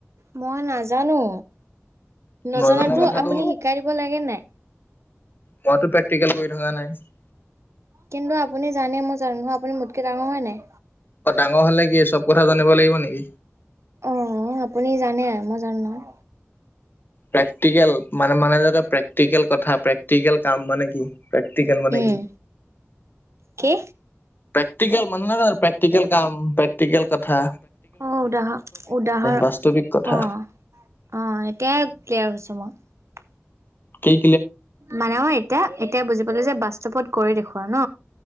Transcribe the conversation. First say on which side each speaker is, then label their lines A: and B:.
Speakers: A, on the right (about 75°); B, on the left (about 45°).
A: মই নাজানো। নজনাতো
B: নজনা কথাটো,
A: আপুনি শিকাই দিব লাগে নাই
B: মইটো প্ৰেক্টিকেল কৰি থকা নাই। <unintelligible>
A: কিন্তু আপুনি জানে মই জানো নহয় আপুনি মোতকে ডাঙৰ হয় নাই?
B: অ ডাঙৰ হলে কি চব কথা জানিব লাগিব নেকি?
A: অ', আপুনি জানে। মই জানো নহয়।
B: প্ৰেক্টিকেল, মানে মানে যাতে প্ৰেক্টিকেল কথা প্ৰ্টিক কাম মানে কি প্ৰে্টিকেল মানে
A: উম
B: কি
A: কি?
B: প্ৰেক্টিকেল মানুে নহয় জ প্ৰেক্টিকেল কাম প্ৰেক্টিকেল কথায।
A: অ উদাহৰ উদাহৰ অ
B: বাস্তৱিক কথা
A: অ এতিয়াৰ্ ক্লিয়াৰ হৈছো মই।
B: সেই
A: মানে মই এতিয়া এতিয়া বুজি পালো যে বাস্তৱত গৈ দেখুৱৱা ন